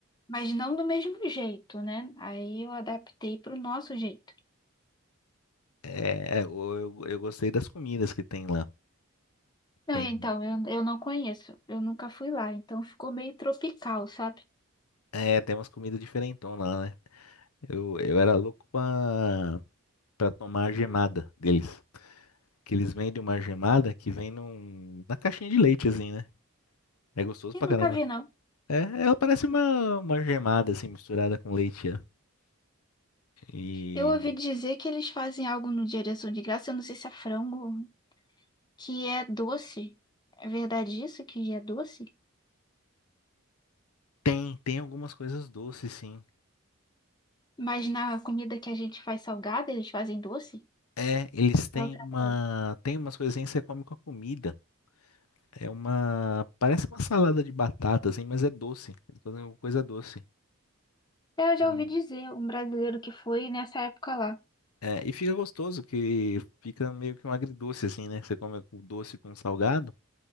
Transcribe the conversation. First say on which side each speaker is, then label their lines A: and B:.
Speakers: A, on the left (about 20°); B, on the left (about 85°).
A: Mas não do mesmo jeito, né? Aí eu adaptei para o nosso jeito.
B: É, é, eu, eu eu gostei das comidas que tem lá.
A: Não,
B: Tem,
A: então, eu, eu não conheço. Eu nunca fui lá, então ficou meio tropical, sabe?
B: é, tem umas comidas diferentonas lá, né? Eu, eu era louco pra, pra tomar a gemada deles. Que eles vendem uma gemada que vem num, na caixinha de leite, assim, né? É gostoso pra
A: E nunca
B: caramba.
A: vi, não.
B: É, ela parece uma, uma gemada, assim, misturada com leite, ó. E
A: Eu ouvi dizer que eles fazem algo no Dia de Ação de Graça, eu não sei se é frango, que é doce. É verdade isso, que é doce?
B: tem, tem algumas coisas doces, sim.
A: Mas na comida que a gente faz salgada, eles fazem doce?
B: É, eles têm
A: É outra
B: uma,
A: coisa.
B: tem umas coisinhas que você come com a comida. É uma, parece uma salada de batata, assim, mas é doce. Eles fazem uma coisa doce.
A: Eu já
B: E,
A: ouvi dizer, um brasileiro que foi nessa época lá.
B: é, e fica gostoso, que fica meio que um agridoce, assim, né? Você come o doce com o salgado.